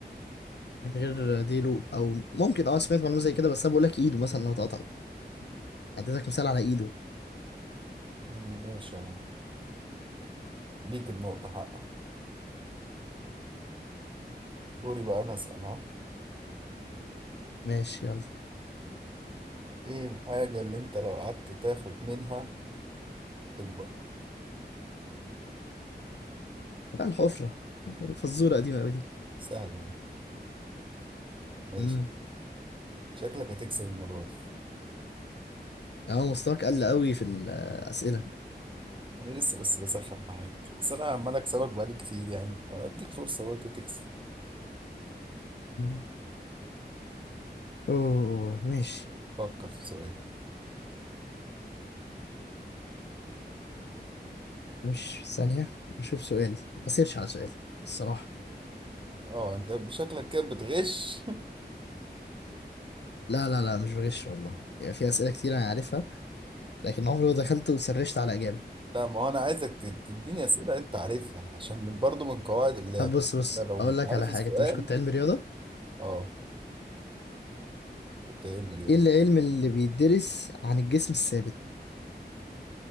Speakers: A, on the left (about 75°); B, on the right (about 30°).
A: من غير ديله او ممكن اه سمعت معلومة زي كده بس انا بقول لك ايده مثلا لو اتقطعت اديتك مثال على ايده
B: مم، ماشي يا عم ليك النقطة حقك دوري بقى انا اسأل ها
A: ماشي يلا
B: ايه الحاجة اللي انت لو قعدت تاخد منها تكبر
A: بقى الحفرة فزورة قديمة أوي دي
B: سهلة دي ماشي
A: مم.
B: شكلك هتكسب المرة دي
A: اه مستواك قل أوي في الأسئلة
B: انا لسه بس بسخن معاك بس انا عمال اكسبك بقالي كتير يعني اديك فرصه برضه تكسب
A: مم. أوه ماشي
B: فكر في سؤال
A: مش ثانية نشوف سؤال بسيرش على سؤال الصراحة
B: اه انت بشكلك كده بتغش <laughs>
A: لا لا لا مش بغش والله يعني في أسئلة كتير أنا عارفها لكن عمري ما دخلت وسرشت على إجابة
B: لا ما هو انا عايزك ت- تديني اسئله انت عارفها عشان من برضه من قواعد اللعب
A: طب بص بص
B: انت لو
A: أقول
B: مش
A: لك
B: عارف
A: على حاجة
B: السؤال
A: أنت مش كنت علمي رياضة؟
B: اه كنت علم رياضه
A: إيه العلم اللي بيدرس عن الجسم الثابت؟